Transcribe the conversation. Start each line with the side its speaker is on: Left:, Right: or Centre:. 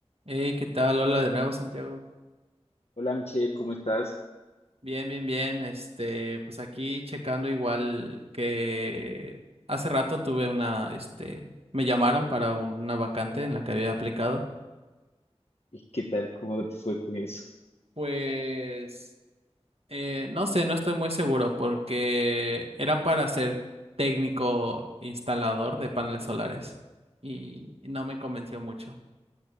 Right: Hey, ¿qué tal? Hola de nuevo, Santiago.
Left: Hola Michelle, ¿cómo estás?
Right: Bien, bien, bien. Este, pues aquí checando igual que hace rato tuve una, este, me llamaron para una vacante en la que había aplicado.
Left: ¿Y qué tal? ¿Cómo te fue con eso?
Right: Pues, eh, no sé, no estoy muy seguro porque era para ser técnico instalador de paneles solares y no me convenció mucho.